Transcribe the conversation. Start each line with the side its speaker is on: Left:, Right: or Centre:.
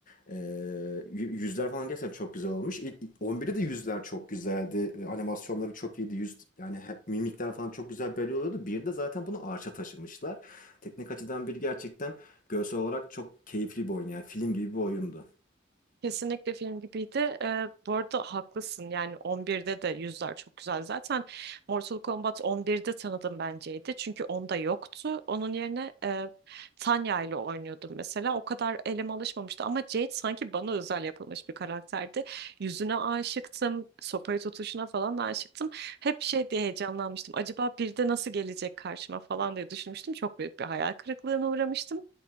Left: Ee, yü- yüzler falan gerçekten çok güzel olmuş. İlk, ilk 11'de de yüzler çok güzeldi. Ee, Animasyonları çok iyiydi. Yüz yani he- mimikler falan çok güzel belli oluyordu. 1'de zaten bunu arşa taşımışlar. Teknik açıdan bir gerçekten görsel olarak çok keyifli bir oyun. Yani film gibi bir oyundu.
Right: Kesinlikle film gibiydi. Ee, bu arada haklısın. Yani 11'de de yüzler çok güzel. Zaten Mortal Kombat 11'de tanıdım benceydi. Çünkü onda yoktu. Onun yerine e, Tanya ile oynuyordum mesela. O kadar elim alışmamıştı. Ama Jade sanki bana özel yapılmış bir karakterdi. Yüzüne aşıktım. Sopayı tutuşuna falan da aşıktım. Hep şey diye heyecanlanmıştım. Acaba bir de nasıl gelecek karşıma falan diye düşünmüştüm. Çok büyük bir hayal kırıklığına uğramıştım.